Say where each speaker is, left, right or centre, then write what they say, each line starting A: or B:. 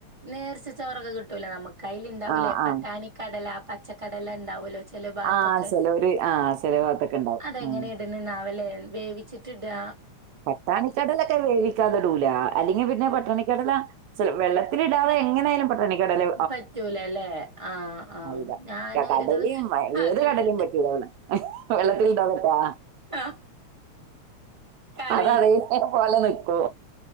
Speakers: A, on the right; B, on the right.
A: നേർച്ച ചോറൊക്കെ കിട്ടൂലോ നമുക്ക് അയ്ൽ ഇണ്ടാവൂലേ
B: ആഹ്
A: പട്ടാണിക്കടല
B: ആഹ്
A: പച്ചക്കടല ഉണ്ടാവലോ ഭാത്തൊക്കെ
B: ആഹ് ചെലോര് ആഹ് ചെല ഭാഗത്തൊക്കെ ഇണ്ടാവും.
A: അതെങ്ങനെ
B: ഉം.
A: ഇടുന്നല വേവിച്ചിട്ട് ത്തിട
B: പത്താണിക്കടലൊക്കെ വേവിക്കാതടൂല അല്ലെങ്ക പിന്നെ പട്ടണിക്കടല്ല വെള്ളത്തില ഇടാതെ എങ്ങനെയായാലും പട്ടണിക്ക ട
A: പറ്റൂലല്ലേ? ആഹ് ആഹ്.
B: ആലല
A: ഞാന്
B: കടല
A: ഒരു ദിവസം
B: ഏത്
A: അങ്ങനെ
B: കടലും
A: ഇട്ട്
B: പറ്റിട വെള്ളത്തിൽ ഇണ്ടാവക്കാ
A: ആഹ് ക
B: അത അതേ പോലെ നിക്കൂ